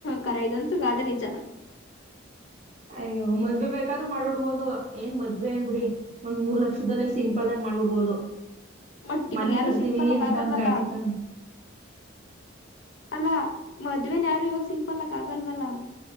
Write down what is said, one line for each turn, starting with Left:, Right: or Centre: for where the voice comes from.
Left: ಕರ ಇದಂತು ಗಾದೆ ನಿ <unintelligible>
Right: ಅಯ್ಯೋ ಮದ್ವೆ ಬೇಕಾದ್ರರು ಮಾಡ್ಬಿಡ್ಬೋದು ಏನ್ ಮದ್ವೆ ಏನ್ ಬಿಡಿ ಒಂದ್ ಮೂರ್ ಲಕ್ಷದಲ್ಲೇ ಸಿಂಪಲ್ ಆಗಿ ಮಾಡ್ಬಿಡ್ಬೋದು
Left: ಬಟ್ ಇವಾಗ
Right: ಮನೆ
Left: ಯಾರು
Right: ಕಡ್ತೀವಿ
Left: ಸಿಂಪಲ್ ಆಗ
Right: ಎಂತ
Left: ಆಗಲ್ವಲ್ಲ
Right: ಅಂದ್ರ ಆಯ್ತತ್ತಾ
Left: ಅಲ್ಲಾ ಮದ್ವೆನ ಯಾರು ಇವಾಗ ಸಿಂಪಲ್ ಆಗ ಆಗಲ್ವಲ್ಲ